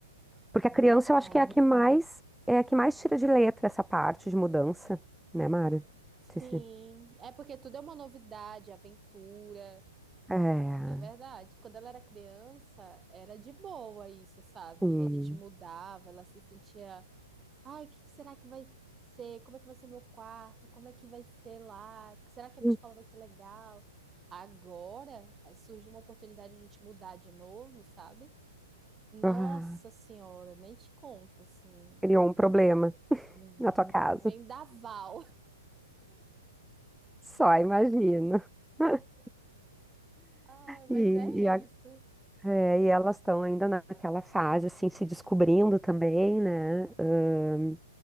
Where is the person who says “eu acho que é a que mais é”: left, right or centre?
Centre